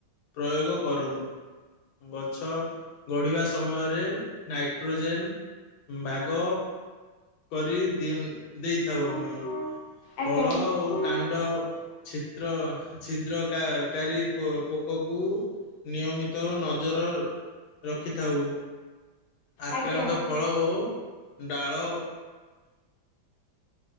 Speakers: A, on the left; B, on the left.
A: ପ୍ରୟୋଗ କରୁନ୍। ଗଛ ଗଢିବା ସମୟରେ ନାଇଟ୍ରୋଜେନ୍ ବାଗ କରି ଦିଅ ଦେଇଥାଉ ଆମେ।
B: ଆଜ୍ଞା
A: ଫଳ ଓ କାଣ୍ଡ ଛିଦ୍ର ଛିଦ୍ର କା - କାରି ପୋ -ପୋକକୁ ନିୟମିତ ନଜର ରଖିଥାଉ। ଆକ୍ରାନ୍ତ
B: ଆଜ୍ଞା ଆଜ୍ଞା
A: ଫଳ ଓ ଡାଳ